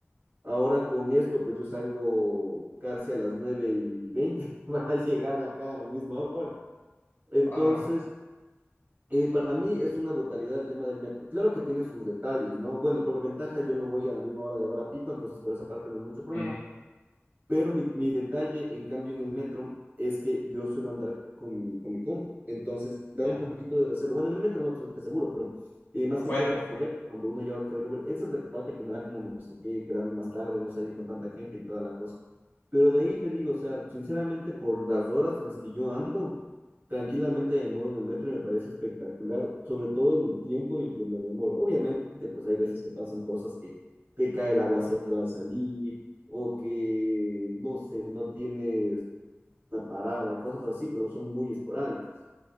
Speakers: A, on the right; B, on the left.
A: Ahora con esto, pues yo salgo casi a las nueve y veinte <laughs> para llegar acá a la misma hora. Entonces,
B: Wow.
A: eh, para mí es una brutalidad el tema del metro. Claro que tiene sus detalles, ¿no? Bueno, por ventaja yo no voy a la misma hora de hora pico, entonces por esa parte no es mucho problema.
B: Eh,
A: Pero mi, mi detalle, en cambio, en el metro es que yo suelo andar con mi, con mi compu. Entonces, da
B: ya,
A: un poquito de reserva. Bueno, en el metro no estoy seguro, pero eh, más
B: afuera.
A: que todo afuera, cuando uno lleva a correr Uber, esa es la parte que me da como no sé qué, quedarme más tarde, no salir con tanta gente y toda la cosa. Pero de ahí te digo, o sea, sinceramente, por las horas en las que yo ando, tranquilamente me muevo en el metro y me parece espectacular, sobre todo en el tiempo en el que me demoro. Obviamente, pues hay veces que pasan cosas que te cae el aguacero al salir o que, no sé, no tienes una parada, cosas así, pero son muy esporádicas.